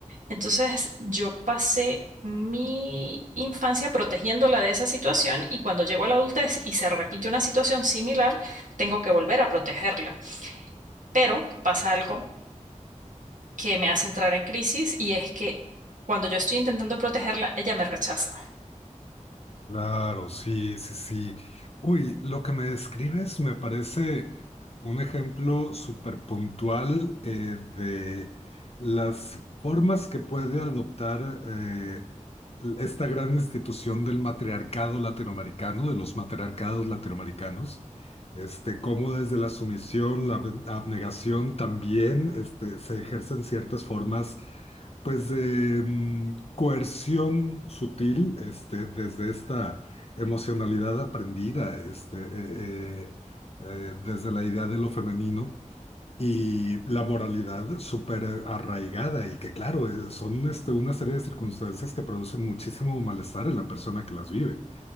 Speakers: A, on the right; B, on the left.
A: Entonces yo pasé mi infancia protegiéndola de esa situación y cuando llego a la adultez y se repite una situación similar, tengo que volver a protegerla. Pero pasa algo que me hace entrar en crisis y es que cuando yo estoy intentando protegerla, ella me rechaza.
B: Claro, sí, sí, sí. Uy, lo que me describes me parece un ejemplo súper puntual eh, de las formas que puede adoptar eh, esta gran institución del matriarcado latinoamericano, de los matriarcados latinoamericanos, este, cómo desde la sumisión, la ab- abnegación también este, se ejercen ciertas formas pues de mm, coerción sutil, este, desde esta emocionalidad aprendida, este, eh, eh, eh, desde la idea de lo femenino y la moralidad súper arraigada y que claro, eh, son este, una serie de circunstancias que producen muchísimo malestar en la persona que las vive.